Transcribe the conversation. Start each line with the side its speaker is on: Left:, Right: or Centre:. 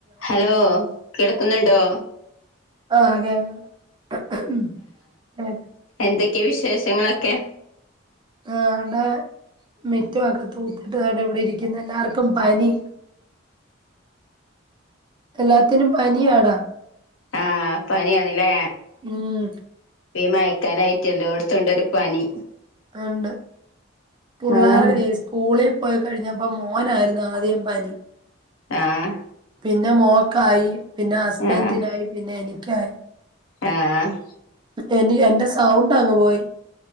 Left: Hello കേൾക്കുന്നുണ്ടോ?
Right: ആഹ് കേ <unintelligible>
Left: എന്തെക്കെ വിശേഷങ്ങളൊക്കെ?
Right: ആഹ് അടേ മിറ്റൊ, അകോ തൂത്തിട്ട്കാണ്ടാ ഇവിടെ ഇരിയ്ക്കുന്നെ, എല്ലാർക്കും പനി. എല്ലാത്തിനും പനിയാടാ.
Left: ആഹ് പനിയാണ് ലേ?
Right: ഉം
Left: ഇപ്പ ഈ മയക്കാലായ്റ്റെ എല്ലോട്ത്തുണ്ടൊരു പനി.
Right: ആഹ് ണ്ട്. പുള്ളാറെ
Left: ആഹ്
Right: സ്കൂളി പോയി കഴിഞ്ഞപ്പം മോനായിരുന്നു ആദ്യം പനി
Left: ആഹ്
Right: പിന്നെ മോക്കായി, പിന്നെ ഹസ്ബൻഡിനായി
Left: ആഹ്
Right: പിന്നെ എനിക്കായി
Left: ആഹ്
Right: എനി എന്റെ സൗണ്ടങ്ങ് പോയി.